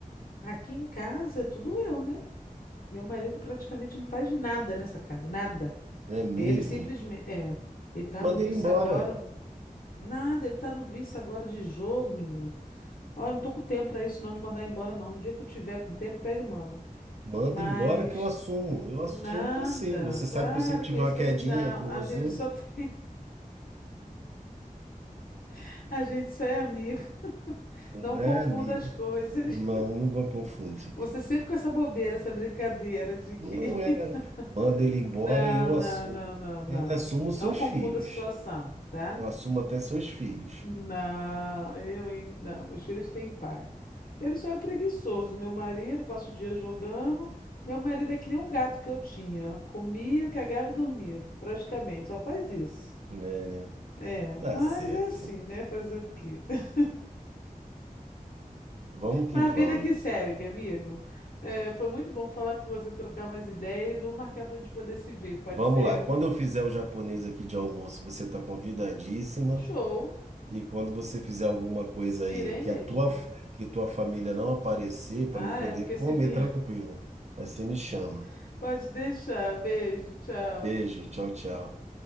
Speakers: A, on the left (about 85°); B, on the right (about 50°).
A: aqui em casa é tudo eu, né? Meu marido praticamente não faz nada nessa casa, nada.
B: não é mesmo?
A: Ele simplesmente, é, ele tá
B: Manda
A: no vício
B: ele embora.
A: agora. Nada, ele tá no vício agora de jogo, menino. Olha, não tô com tempo pra isso não de mandar embora não. No dia que eu tiver com tempo, eu pego e mando.
B: Manda
A: Mas
B: embora que eu assumo. Eu assumo
A: nada.
B: você. Você sabe
A: Para
B: que eu sempre
A: com
B: tive
A: isso
B: uma
A: que
B: quedinha
A: ele, não,
B: por
A: a
B: você.
A: gente só tem, <laughs> a gente só é amigo. Não
B: É,
A: confunda
B: amigo.
A: as coisas.
B: Não, não vou confundir.
A: Você sempre com essa bobeira, essa brincadeira de que
B: Não é.
A: <laughs>
B: Manda ele embora
A: Não,
B: e eu
A: não,
B: assumo.
A: não, não, não.
B: Ainda assumo seus
A: Não confunda
B: filhos.
A: a situação, tá?
B: Eu assumo até seus filhos.
A: Não, eu, hein? Não, meus filhos têm pai. Ele só é preguiçoso. Meu marido passa o dia jogando. Meu marido é que nem um gato que eu tinha. Comia, cagava e dormia, praticamente. Só faz isso.
B: É, né?
A: É, mas
B: Tá certo.
A: é assim, né? Fazer o quê? <laughs>
B: Vamos que
A: Mas
B: vamos.
A: a vida que segue, amigo. É, foi muito bom falar com você, trocar umas ideias. Vamos marcar pra gente poder se ver, pode
B: Vamos
A: ser?
B: lá. Quando eu fizer o japonês aqui de almoço, você tá convidadíssima.
A: Show!
B: E quando você fizer alguma coisa aí
A: Irei
B: que
A: mesmo.
B: a tua, que tua família não aparecer, para
A: Ah,
B: me poder
A: é porque
B: comer
A: se vir,
B: tranquilo. Aí você me chama.
A: <laughs> pode deixar. Beijo, tchau.
B: Beijo, tchau, tchau.